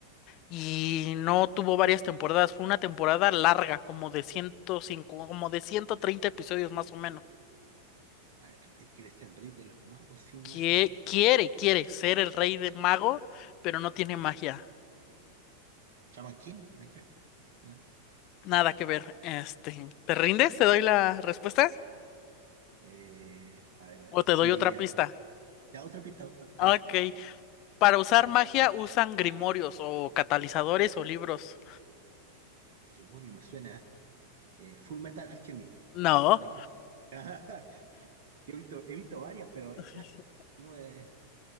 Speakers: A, on the left; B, on the right.
A: y no tuvo varias temporadas. Fue una temporada larga, como de 105, como de 130 episodios más o menos.
B: a ver, ¿quiere ser el Rey de los Magos sin
A: que
B: magia?
A: quiere, quiere ser el rey de mago, pero no tiene magia.
B: ¿Chaman King? ¿Nada que ver? ¿No?
A: Nada que ver. Este, ¿te rindes? ¿Te doy la respuesta?
B: Eh, a ver, a
A: ¿O
B: ver,
A: te
B: Sí,
A: doy otra
B: ya.
A: pista?
B: Ya, otra pista, otra pista,
A: Ok.
B: la última.
A: Para usar
B: Ya,
A: magia usan grimorios o catalizadores o libros.
B: Grimorio me suena. Eh, Full Metal Alchemy.
A: No.
B: ¿Nada que ver? <laughs> Yo he visto, he visto varias, pero esa.
A: <laughs>
B: Tú me-